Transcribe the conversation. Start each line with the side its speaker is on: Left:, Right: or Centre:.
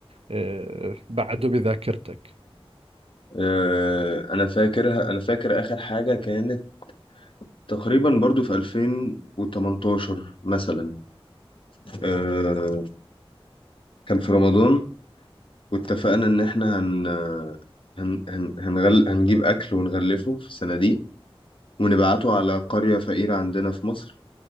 Right: آه، بعده بذاكرتك
Left: آه، انا فاكرها انا فاكر اخر حاجه كانت تقريبا برضو في 2018 مثلا آه، كان في رمضان واتفقنا ان احنا هن هن هن هنغل... هنجيب اكل ونغلفه في صناديق ونبعته على قرية فقيرة عندنا في مصر